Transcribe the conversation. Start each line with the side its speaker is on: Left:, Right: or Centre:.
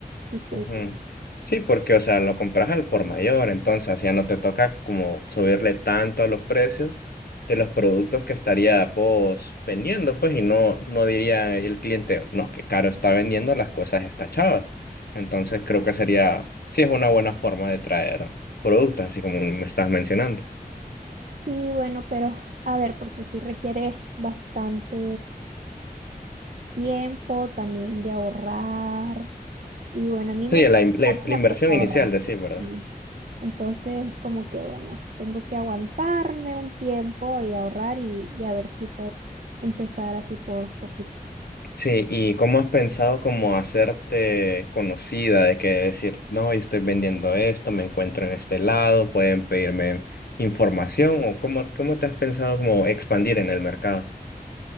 Right: distribuidor.
Left: Ujú. Sí, porque, o sea, lo compras al por mayor, entonces ya no te toca como subirle tanto a los precios de los productos que estaría pues vendiendo, pues, y no, no diría el cliente, no, que caro está vendiendo las cosas esta chava. Entonces creo que sería, sí es una buena forma de traer productos, así como me estás mencionando.
Right: Sí, bueno, pero a ver, porque sí requiere bastante tiempo también de ahorrar. Y bueno, a mí me,
Left: Sí, la, in- la-
Right: a mí
Left: la
Right: me
Left: inversión
Right: cuesta
Left: inicial,
Right: ahorrar.
Left: de sí ¿verdad?
Right: Y entonces, como que bueno, tengo que aguantarme un tiempo y ahorrar y, y a ver si puedo empezar así por poquito.
Left: Sí, ¿y cómo has pensado como hacerte conocida de que decir, no, yo estoy vendiendo esto, me encuentro en este lado, pueden pedirme información o cómo, cómo te has pensado como expandir en el mercado?